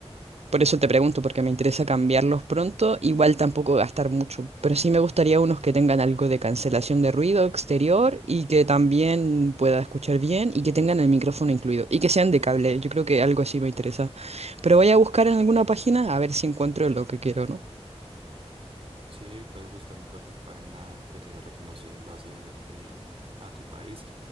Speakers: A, on the right; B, on the right.
A: Por eso te pregunto, porque me interesa cambiarlos pronto, igual tampoco gastar mucho, pero sí me gustaría unos que tengan algo de cancelación de ruido exterior y que también pueda escuchar bien y que tengan el micrófono incluido y que sean de cable, yo creo que algo así me interesa. Pero voy a buscar en alguna página a ver si encuentro lo que quiero, ¿no?
B: Sí, puedes buscar en cualquier página que tenga reconocida en base em, a tu país.